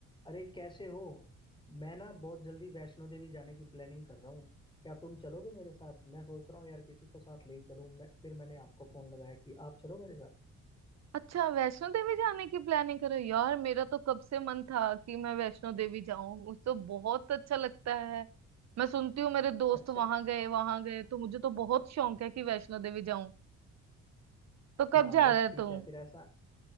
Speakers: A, on the left; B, on the right.
A: अरे कैसे हो मैं ना बहुत जल्दी वैष्णो देवी जाने की प्लानिंग कर रहा हूँ क्या तुम चलोगे मेरे साथ मैं सोच रहा हूँ यार किसी को साथ ले ही चलूँ मैं फिर मैंने आपको फोन लगाया कि आप चलो मेरे साथ
B: अच्छा वैष्णो देवी जाने की प्लानिंग करो यार मेरा तो कब से मन था कि मैं वैष्णो देवी जाऊं मुझे तो बहुत अच्छा लगता है मैं सुनती हूँ मेरे दोस्त
A: अच्छा
B: वहां गए वहां गए तो मुझे तो बहुत शौक है कि वैष्णो देवी जाऊं तो
A: हाँ
B: कब जा
A: बस
B: रहे है
A: ठीक
B: तू
A: है फिर ऐसा